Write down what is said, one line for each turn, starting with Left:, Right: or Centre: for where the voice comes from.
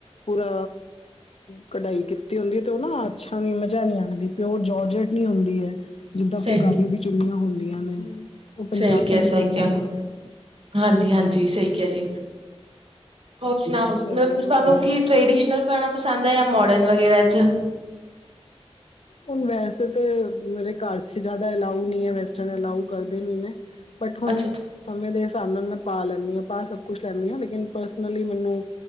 Left: ਪੂਰਾ ਕਢਾਈ ਕੀਤੀ ਹੁੰਦੀ ਤੇ ਉਹ ਨਾ ਆੱਛਾਂ ਦੀ ਮ ਨ ਆਦੀ ਪਿਓਰ ਜਜਟ ਨੀ ਹੁੰਦੀ ਹੈ ਜਿੱਦਾਂ ਫੁਲਕਾਰੀ
Right: ਸਹੀ
Left: ਦੀ ਚੁਨੀਆਂ ਹੁੰਦੀਆਂ ਨੇ। ਉਹ ਪੰਜਾਬ
Right: ਸਹੀ ਕਿਹਾ
Left: ਸਾਈਡ
Right: ਸਹੀ
Left: ਹੀ ਮਿਲਦੀ
Right: ਕਿਹਾ
Left: ਆ
Right: ਹਾਂਜੀ ਹਾਂਜੀ ਸਹੀ ਕਿਹਾ ਜੀ। ਹੋਰ ਸੁਣਾੳ
Left: ਚਲੋ
Right: ਤੁਹਾਨੂੰ ਟ ਪੈਣਾ ਪਸੰਦ ਹੈ ਜਾਂ ਮੋਡਰਨ ਵਗੈਰਾ ਚ?
Left: ਹੁਣ ਵੈਸੇ ਤਾਂ ਮੇਰੇ ਘਰ ਚ ਜ਼ਿਆਦਾ ਅਲਾਊ ਨਹੀਂ ਹੈ ਵੈਸਟਰ ਅਲਾ ਕਰਦੇ ਨ। ਬਟ ਹੁਣ
Right: ਅੱਛਾ-ਅੱਛਾ
Left: ਸਮੇਂ ਦੇ ਹਿਸਾਬ ਨਾਲ ਮੈਂ ਪਾ ਲਿਆ। ਸਭ ਕੁਛ ਲੈਂਦੀ ਆ ਲੇਕਿਨ ਪਰਸਨਲੀ ਮੈਨੂੰ